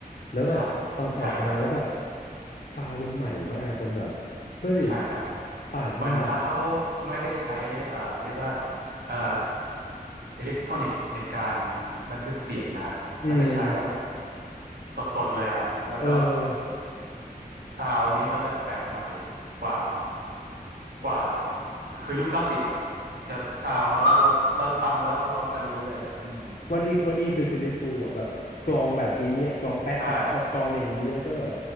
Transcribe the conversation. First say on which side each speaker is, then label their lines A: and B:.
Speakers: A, on the left; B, on the right.
A: แล้วแบบตอนออกมาแล้วแบบ
B: ครับใช่ครับ
A: ซาวด์มันใหม่มากมันแบบเฮ้ย
B: ใช่ครับ
A: ต่างมาก
B: เหมือนเขาไม่ได้ใช้เอ่อเรียกว่าเอ่ออิเล็กทรอนิกส์ในการบันทึกเสียงนะครับ
A: อืม
B: เขาจะใช้แบบสดๆเลยอะแล้วก็
A: เออ
B: ซาวนี้เขาจะแปลกใหม่กว่ากว่าคือยุคเก้าสิบอะจะซาวเขาเราเราฟังแล้วเราจะรู้เลยอะอืม
A: วันนี้วันนี้คือซิลลิฟูลอ่ะแบบกลองแบบนี้อ่ะกลองแปะแปะแบบกลองอย่างนี้แล้วก็แบบ
B: ใช่